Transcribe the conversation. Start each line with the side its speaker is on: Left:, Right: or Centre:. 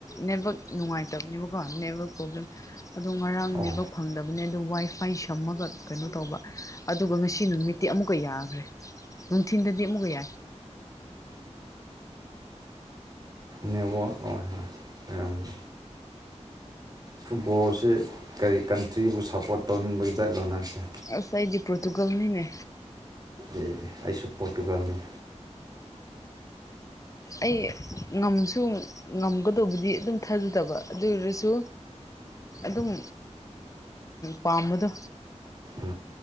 Left: ꯅꯦꯠꯋꯛ ꯅꯨꯡꯉꯥꯏꯇꯕꯅꯦꯕꯀꯣ ꯅꯦꯠꯋꯔꯛ ꯄ꯭ꯔꯣꯕ꯭ꯂꯦꯝ ꯑꯗꯣ ꯉꯔꯥꯡꯅꯦꯕ
Right: ꯑꯣ
Left: ꯐꯪꯗꯕ ꯅꯤ ꯑꯗꯨ ꯋꯥꯏ ꯐꯥꯏ ꯁꯝꯃꯒ ꯀꯩꯅꯣ ꯇꯧꯕ ꯑꯗꯨꯒ ꯉꯁꯤ ꯅꯨꯃꯤꯠꯇꯤ ꯑꯃꯨꯛꯀ ꯌꯥꯈ꯭ꯔꯦ ꯅꯨꯡꯊꯤꯟꯗꯤ ꯃꯨꯀꯥ ꯌꯥꯏ
Right: ꯅꯦꯠꯋꯥꯛ ꯑꯣꯏꯔꯝꯅꯤ ꯐꯨꯠꯕꯣꯜꯁꯤ ꯀꯔꯤ ꯀꯟꯇ꯭ꯔꯤꯕꯨ ꯁꯞꯄꯣꯔꯠ ꯇꯧꯅꯤꯡꯕꯒꯤꯗꯠ ꯂꯣ ꯅꯪꯁꯦ
Left: ꯑꯁ ꯑꯩꯗꯤ ꯄꯇꯨꯒꯜꯅꯤꯅꯦ
Right: ꯑꯦ ꯑꯩꯁꯨ ꯄꯣꯠꯇꯨꯒꯅꯤ
Left: ꯑꯩ ꯉꯝꯁꯨ ꯉꯝꯒꯗꯧꯕꯗꯤ ꯑꯗꯨꯝ ꯊꯥꯖꯗꯕ ꯑꯗꯨ ꯑꯣꯏꯔꯁꯨ ꯑꯗꯨꯝ ꯄꯥꯝꯕꯗꯣ
Right: ꯎ